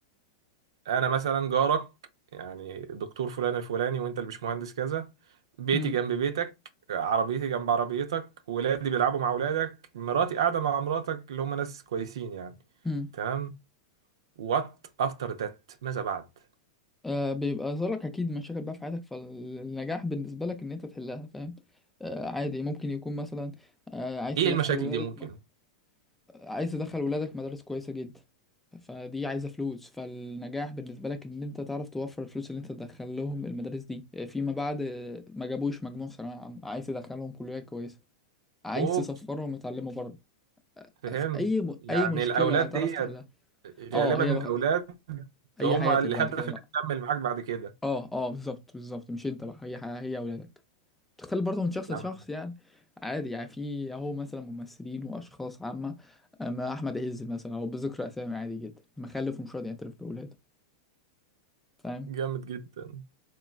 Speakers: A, on the right; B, in the centre.
A: انا مثلا جارك يعني دكتور فلان الفلاني وانت البشمهندس كذا بيتي
B: امم
A: جنب بيتك عربيتي جنب عربيتك ولادي بيلعبوا مع ولادك مراتي قاعدة مع مراتك اللي هم ناس كويسين يعني
B: امم
A: تمام وات افتر ذات ماذا بعد
B: آه بيبقى ظهرك اكيد مشاكل بقى في حياتك فالنجاح بالنسبه لك ان انت تحلها فاهم آه عادي ممكن يكون مثلا آه عايز
A: ايه
B: تدخل
A: المشاكل
B: ولادك
A: دي ممكن
B: ما عايز تدخل ولادك مدارس كويسه جدا فدي عايزه فلوس فالنجاح بالنسبه لك ان انت تعرف توفر الفلوس اللي انت تدخل لهم المدارس دي آه، فيما بعد آه، ما جابوش مجموع في ثانويه عامه عايز تدخلهم كليه كويسه عايز
A: اوه
B: تسفرهم يتعلموا بره
A: فهم
B: في اي م...
A: يعني
B: اي مشكله
A: الاولاد
B: هتعرف
A: دي
B: تحلها
A: غالبا
B: اه هي بقى
A: الاولاد
B: هي
A: هم
B: حياتك
A: الهدف
B: بعد كده
A: اللي
B: بقى
A: هتكمل معاك بعد كده
B: اه اه بالظبط بالظبط مش انت بقى هي ح- هي اولادك تختلف برضه من شخص
A: يعني
B: لشخص يعني عادي يعني في اهو مثلا ممثلين واشخاص عامه اما احمد عز مثلا او بذكر اسامي عادي جدا مخلف ومش راضي يعترف باولاده فاهم
A: جامد جدا